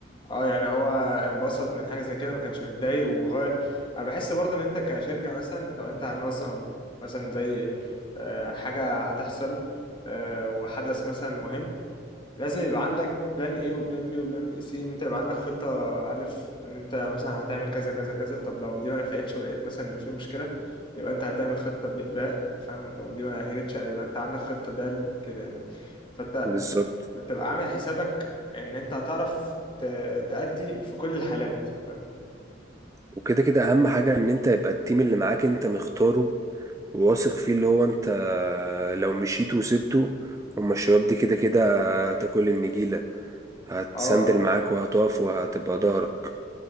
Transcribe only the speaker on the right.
بالظبط
وكده كده اهم حاجة ان انت يبقى التيم اللي معاك انت مختاره وواثق فيه اللي هو انت لو مشيت وسبته هما الشباب دي كده كده هتاكل النجيلة هتسندل
معاك وهتقف وهتبقى ظهرك